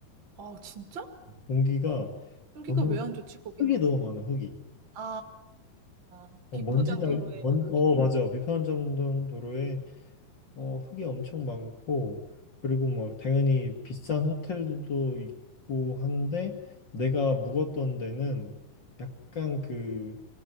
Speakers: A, on the right (about 35°); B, on the left (about 35°).
A: 아, 진짜?
B: 공기가
A: 공기가
B: 너무
A: 왜 안 좋지, 거기는?
B: 흙이 너무 많아, 흙이.
A: 아, 아,
B: 어,
A: 비포장
B: 먼지 날,
A: 도로에
B: 먼,
A: 막
B: 어
A: 흙이 넘어.
B: 맞아. 비판 전도로에 어, 흙이 엄청 많고, 그리고 뭐, 당연히 비싼 호텔도 있고 한데, 내가 묵었던 데는 약간 그